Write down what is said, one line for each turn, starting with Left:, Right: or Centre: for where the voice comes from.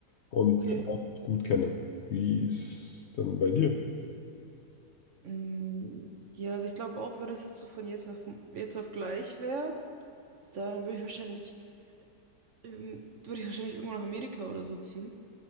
Left: und
Right: okay.
Left: den Ort gut kenne. Wie ist es denn bei dir?
Right: Mm, ja, also ich glaube auch, wenn das jetzt so von jetzt auf, jetzt auf gleich wäre, dann würde ich wahrscheinlich, ähm, würde ich wahrscheinlich irgendwo nach Amerika oder so ziehen.